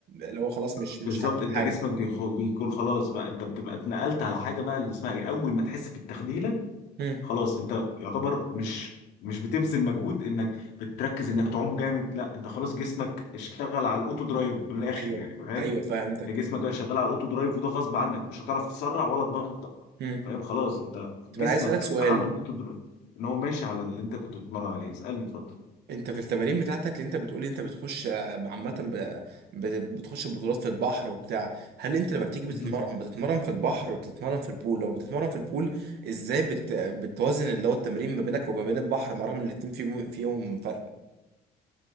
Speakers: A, on the right; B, on the left.
A: اللي هو خلاص مش
B: بالظبط
A: مش حاسس بحاجه
B: انت جسمك بيخ- بيكون خلاص بقى انت بتبقى اتنقلت على حاجه بقى اللي اسمها ايه اول ما تحس بالتخديله
A: مم.
B: خلاص انت يعتبر مش مش بتبذل مجهود انك بتركز انك تعوم جامد لا انت خلاص جسمك اشتغل على الاوتو درايف من الاخر
A: ايوه
B: يعني فاهم
A: ايوه فهمتك
B: جسمك بقى شغال على الاوتو درايف وده غصب عنك مش هتعرف تسرع ولا تبطأ
A: مم.
B: فاهم خلاص انت جسمك
A: طب انا عايز اسالك سؤال
B: عمل اوتو درايف ان هو ماشي على اللي انت كنت بتتمرن عليه اسألني اتفضل
A: انت في التمارين بتاعتك اللي انت بتقولي انت بتخش آه، عامة ب- ب- بتخش بطولات في البحر وبتاع هل انت لما بتيجي بتتمرن
B: مهم.
A: بتتمرن في البحر ولا بتتمرن في البول لو بتتمرن في البول ازاي بت... بتوازن اللي هو التمرين ما بينك وما بين البحر مع رغم ان الاتنين فيهم فيهم فرق